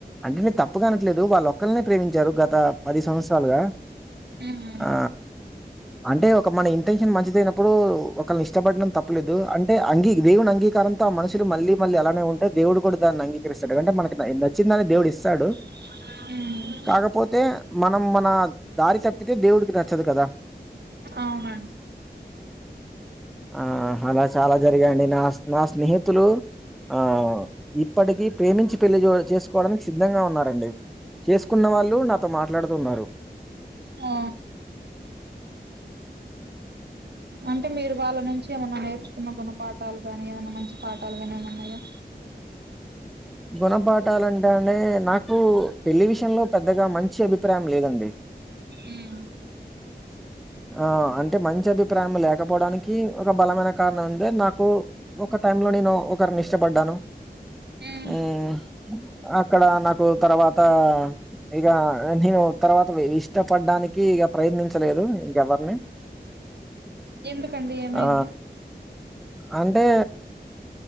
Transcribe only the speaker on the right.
ఉమ్
ఉహ్
అవునన్
ఆ అంటే మీరు వాళ్ళ నుంచి ఏమన్నా నేర్చుకున్న గుణపాఠాలు గాని ఏదైన్నా మంచి పాఠాలు గాని ఏమన్న ఉన్నాయా.
ఉం
ఉమ్
ఎందుకండి ఏమైంది